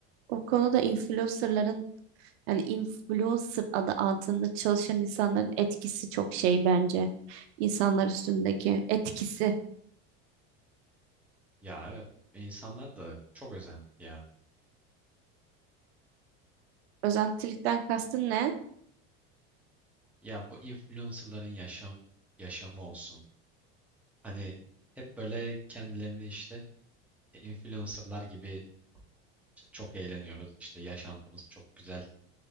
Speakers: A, on the right; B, in the centre.
A: o konuda influencerların yani influencer adı altında çalışan insanların etkisi çok şey bence. İnsanlar üstündeki etkisi.
B: Ya evet insanlar da çok özenti ya.
A: Özentilikten kastın ne?
B: Ya bu influencerların yaşam yaşamı olsun. Hani hep böyle kendilerini işte e, influencerlar gibi işte çok eğleniyoruz. işte yaşantımız çok güzel.